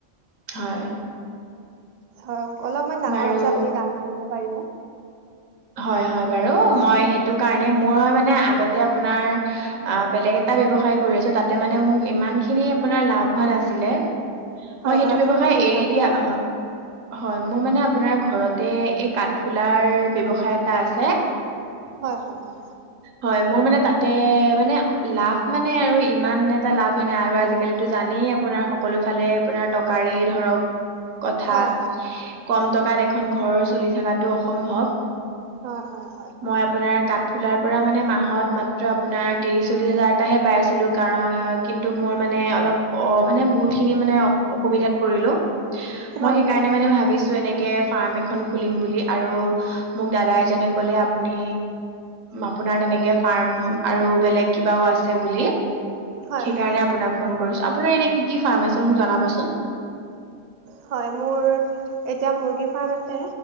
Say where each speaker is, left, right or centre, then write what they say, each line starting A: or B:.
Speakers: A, on the right; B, on the right.
A: হয়ঁ।
B: ধৰক অলপমান ডাঙৰ
A: বাৰু
B: হোৱা পিছত আপুনি দানা দিব পাৰিব।
A: হয়ঁ, হয়ঁ, বাৰু মই সেইটো কাৰণে মোৰ মানে আগতে আপোনাৰ- আ বেলেগ এটা ব্যয়ৱসায় কৰি আছো তাতে মানে মোক ইমান খিনি আপোনাৰ লাভ হোৱা নাছিলে। মই
B: হয় হয়
A: সেইটো
B: আপুনি
A: ব্যৱসায়
B: কি ব্যৱহাৰ
A: এৰি
B: কৰিছিল?
A: দিয়া হয়- হয়ঁ, মোৰ মানে আপোনাৰ ঘৰতে এই কাঠফুলাৰ ব্যৱসায় এটা আছে।
B: হয়ঁ, হয়ঁ, হয়ঁ।
A: হয়ঁ, মোৰ মানে তাতে মানে লাভ মানে আৰু ইমান এটা লাভ হয় নাই আৰু আজিকালি জানেই আপোনাৰ সকলো ফালে আপোনাৰ টকাৰেই ধৰক- কথা
B: হয় হয় হয় হয়
A: কম টকাত এখন ঘৰ চলি থকাটো অসম্ভৱ।
B: হয়ঁ, হয়ঁ।
A: মই আপোনাৰ কাঠ- খুলাৰ পৰা মানে মাহত মাত্ৰ আপোনাৰ ত্ৰিশ চল্লিশ হাজাৰএটাহে পাইছিলো কাৰন নন কিন্তু মোৰ মানে অলপ অ', মানে বহুতখিনি মানে- অসুবিধাত পৰিলো
B: হয়
A: মই সেইকাৰণে
B: হয় হয়
A: মানে ভাবিছো এনেকে- ফাৰ্ম এখন খুলিম বুলি আৰু- মোক দাদা এজনে ক'লে আপুনি আপোনাৰ তেনেকে ফাৰ্ম আৰু বেলেগ- কিবাও আছে বুলি
B: হয়
A: সেইকাৰণে
B: হয় হয়।
A: আপোনাক- ফোন কৰিছো আপোনাৰ এনে কি কি ফাৰ্ম আছে মোক জনাবচোন?
B: হয়ঁ মোৰ এতিয়া মুৰ্গী ফাৰ্ম আছে